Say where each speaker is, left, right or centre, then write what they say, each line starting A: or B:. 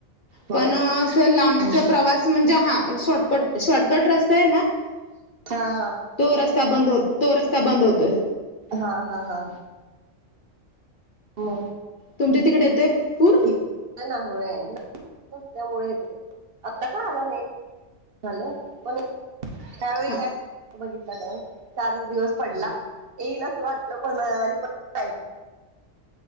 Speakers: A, on the right (about 50°); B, on the left (about 45°).
A: होय
B: पण अस लांबचा
A: हम्म.
B: प्रवास म्हणजे हा शॉर्टकट शॉर्टकट रस्ता
A: हा हा
B: तो रस्ता बंद हो तो रस्ता बंद होतोय
A: हा हा हा हो
B: तुमच्या तिकडे येते पूर
A: इकडे होय ना नसल्यामुळे येत आता का आला नाही. झालं पण त्यावेळी
B: हा
A: काय बघितलं नाही चारच दिवस पडला येईलच वाटलं पण आणि पण